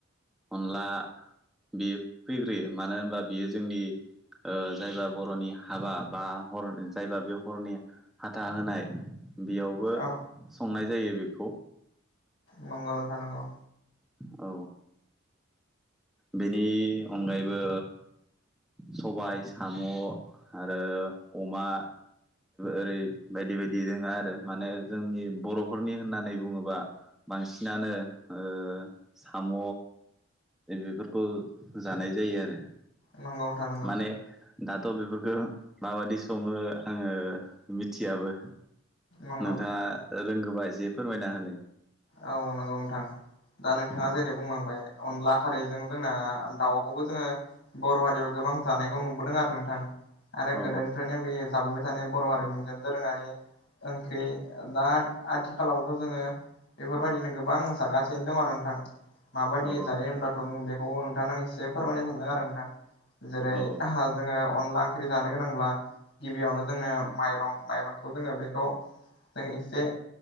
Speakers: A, in the centre; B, on the left.
A: अनला बियो फैग्रोयो मानो होनबा बियो जोंनि ओ जायबा बर'नि हाबा बा हरन जायबा बे हरनि हाथा होनाय बेयावबो
B: औ
A: संनाय जायो बेखौ।
B: नंगौ नोंथां नगौ
A: औ बेनि अनगायैबो सबाय साम' आरो अमा ओरै बायदि बायदि जोंहा माने जोंनि बर'फोरनि होननानै बुङोबा बांसिनानो ओ साम' बेफोरखौ जानाय जायो आरो।
B: नंगौ नोंथा नंगौ।
A: माने दाथ' बेफोरखौ माबादि सङो आङो मिथियाबो।
B: नंगौ
A: नोंथाङा रोंगोबा एसे फोरमायना होलाय।
B: औ नंगौ नोंथां दा नोंथाङा
A: औ
B: जेरै बुंलांबाय अनला खारैजों जोंना दाउखौबो जोङो बर' हारियाव गोबां जानायखौ नुबोदों आरो नोंथां आरो
A: औ
B: गोदोनिफ्रायनो बेयो जाबोबाय थानाय बर' हारिनि मोनसे दोरोङारि ओंख्रि दा आथिखालावथ' जोङो बेफोरबायदिनो गोबां जागासिनो दं आरो नोंथां माबायदि
A: औ
B: जायो होनब्ला? दंङ बेखौ नोंथांनो आं एसे फोरमायनो सानदों आरो नोंथां जेरै
A: औ
B: हा जोङो अनला ओंख्रि जानो गोनांब्ला गिबियावनो जोंनो माइरं माइरंखौ जोङो बेखौ जों एसे